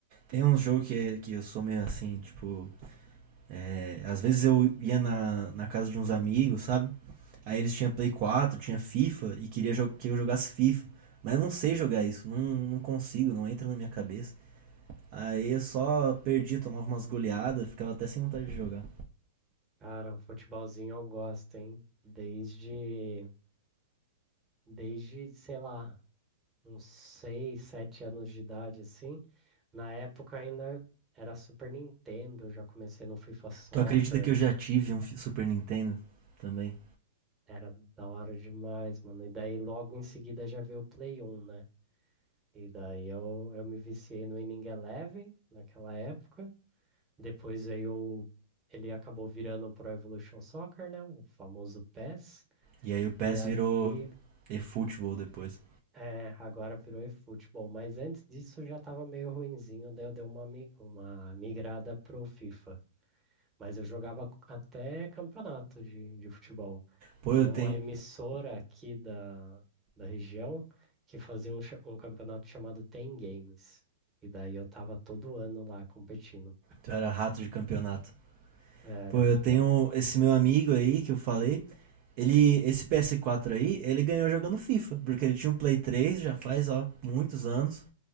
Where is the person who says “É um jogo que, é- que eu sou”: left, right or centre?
Right